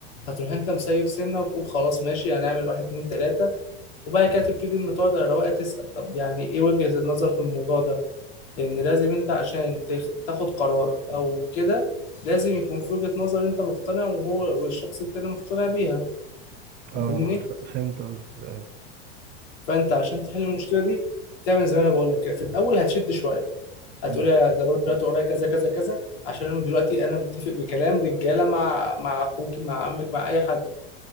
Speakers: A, on the left; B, on the right.
A: هتروح انت مسيب سنه وتقول خلاص ماشي هنعمل واحد اتنين تلاته وبعد كده تبتدي لما تقعد على رواقه تسال طب يعني ايه وجهه النظر في الموضوع ده لان لازم انت عشان تخ- تاخد قرار او كده لازم يكون في وجهه نظر انت مقتنع وهو والشخص التاني مقتنع بيها فاهمني
B: اه ف- فهمت قصدك ايوه
A: فانت عشان تحل المشكله دي تعمل زي ما انا بقول لك كده في الاول هتشد شويه هتقولي
B: امم
A: يا ده بروح دلوقتي ورايا كذا كذا كذا عشان انا دلوقتي انا متفق بكلام رجاله مع مع اخوكي مع عمك مع اي حد